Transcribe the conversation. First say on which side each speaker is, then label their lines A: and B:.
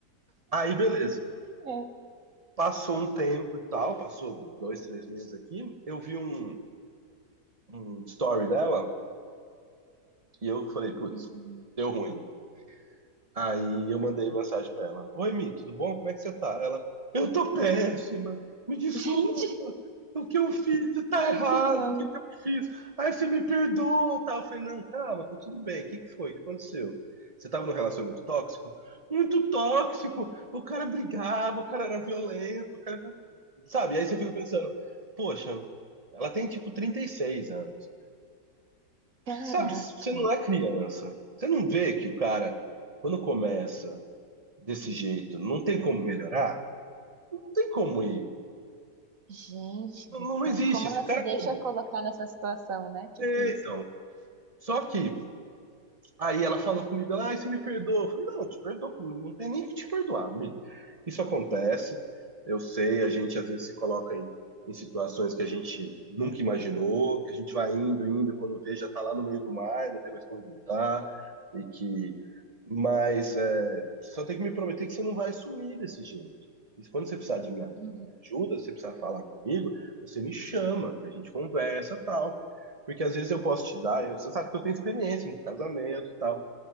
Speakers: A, on the right; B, on the right.
A: Aí, beleza.
B: É.
A: Passou um tempo e tal, passou dois, três meses aqui. Eu vi um, um story dela e eu falei, putz,
B: Uhum.
A: deu ruim, né? Aí eu mandei mensagem pra ela: Oi, Mi, tudo bom? Como é que você tá? Ela: Eu tô péssima, me desculpa,
B: Gente,
A: o que eu fiz tá errado,
B: ai que dó.
A: o que que eu fiz? Aí você me perdoa, tal. Eu falei: Não, calma, tá tudo bem, o que que foi? O que aconteceu? Você tava num relacionamento tóxico? Muito tóxico, o cara brigava, o cara era violento, o cara. Sabe? Aí você fica pensando: Poxa, ela tem tipo 36 anos.
B: Caraca,
A: Sabe, você não é criança. Você não vê que o cara, quando começa desse jeito, não tem como melhorar? Não tem como ir.
B: gente
A: Não,
B: do
A: não
B: céu.
A: existe.
B: Como
A: esse
B: ela
A: cara.
B: se deixa
A: come-
B: colocar nessa situação, né? Tipo
A: É,
B: isso.
A: então. Só que Aí ela falou comigo, ela, ai, você me perdoa. Eu falei, não, te perdoo, não tem nem que te perdoar, Mi. Isso acontece, eu sei, a gente às vezes se coloca em, em situações que a gente nunca imaginou, que a gente vai indo, indo, quando vê, já tá lá no meio do mar, não tem mais como voltar, e que. Mas é, só tem que me prometer que você não vai sumir desse jeito. E quando você precisar de minha,
B: Uhum.
A: da minha ajuda, se você precisar falar comigo, você me chama, a gente conversa tal. Porque às vezes eu posso te dar, eu, você sabe que eu tenho experiência em casamento e tal.